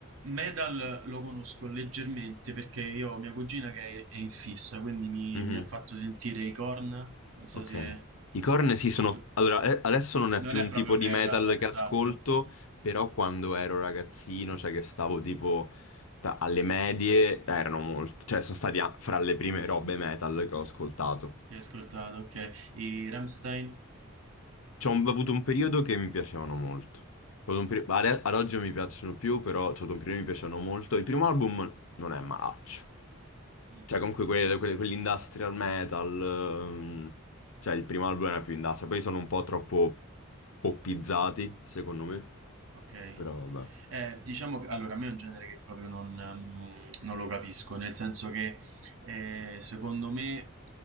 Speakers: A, on the right (about 70°); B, on the left (about 80°).
A: metal lo conosco leggermente perché io ho mia cugina che è, è in fissa, quindi mi,
B: Mhm,
A: mi ha fatto sentire i Korn. Non so
B: Ok.
A: se...
B: I Korn sì sono...
A: i-
B: Allora, eh, adesso non è
A: non
B: più
A: è
B: un
A: proprio
B: tipo di
A: metal,
B: metal che
A: esatto,
B: ascolto, però quando ero ragazzino, cioè che stavo tipo ta- alle medie, erano molto... Cioè sono stati a- fra le prime robe metal che ho ascoltato.
A: che hai ascoltato, ok. I Rammstein?
B: C'ho un- ho avuto un periodo che mi piacevano molto. C'ho avuto un peri- are- ad oggi non mi piacciono più, però c'ho avuto un periodo che mi piacevano molto. Il primo album non è malaccio.
A: Mm,
B: Cioè, comunque quelle- quelle- quell'industrial metal. ehm, cioè, il primo album era più industrial. Poi sono un po' troppo poppizzati, secondo me.
A: ok.
B: Però vabbè.
A: Eh, diciamo che allora, a me è un genere che proprio non, mm, non lo capisco, nel senso che eh, secondo me